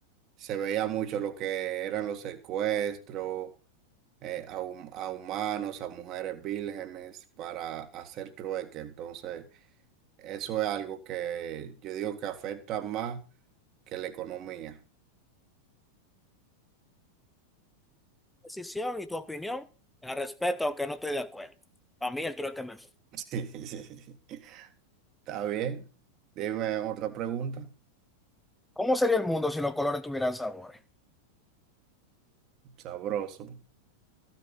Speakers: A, on the right (about 35°); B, in the centre.
A: se veía mucho lo que eran los secuestros eh, a, hum- a humanos, a mujeres vírgenes para hacer trueque. Entonces. Eso es algo que yo digo que afecta más que la economía.
B: decisión y tu opinión, la respeto, aunque no estoy de acuerdo. Para mí el trueque me...
A: <laughs> Sí. Está bien. Dime otra pregunta.
B: ¿Cómo sería el mundo si los colores tuvieran sabor?
A: Sabroso.